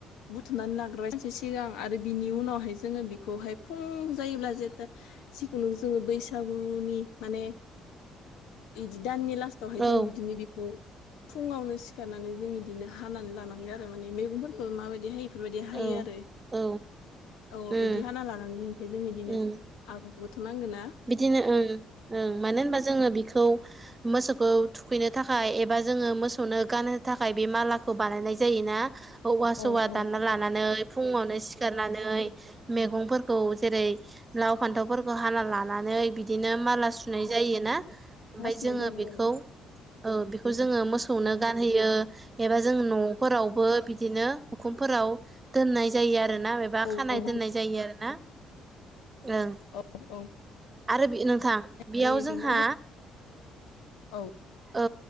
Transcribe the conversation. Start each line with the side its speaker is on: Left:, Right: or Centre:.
Left: बुथुमनानै लाग्रोबायसै सिगां आरो बिनि उनावहाय जोङो बेखौहाय फुं जायोब्ला जेथा जिखुनु जोङो बैसागुनि माने बिदि दाननि लास हाय
Right: औ
Left: जो बिदिनो बेखौ फुङावनो सिखारनानै जों बिदिनो हानानै लानांगोन आरो माने मैगं माबायदि हायो बेफोरबायदि हायो
Right: औ
Left: आरो
Right: औ
Left: औ
Right: उम
Left: बिदि हाना लानानै फ्राय जों बिदिनो
Right: उम
Left: आब्रुंबोथ' नांगोन ना
Right: बिदिनो ओं ओं मानो होनबा जोङो बिखौ मोसौखौ थुखैनो थाखाय एबा जोङो मोसौनो गाननो थाखाय बे मालाखौ बानायनाय जायोना औवा सबा
Left: औ औ
Right: दानना लानानै फुङावनो सिखारनानै मैगंफोरखौ जेरै लाव फान्थावफोरखौ हाना लानानै नै बिदिनो माला सुनाय जायोना ओमफ्राय
Left: बासिनाय
Right: जोङो
Left: जायो
Right: बेखौ
Left: आरो
Right: औ बेखौ जोङो मोसौनो गानहोयो एबा जों न'फोरावबो बिदिनो उखुमफोराव दोननाय जायो आरो ना एबा
Left: औ
Right: खानाय दोननाय जायो आरो ना ओं
Left: औ औ
Right: आरो नोंथां बेयाव
Left: जायो
Right: जोंहा
Left: बेनो औ
Right: औ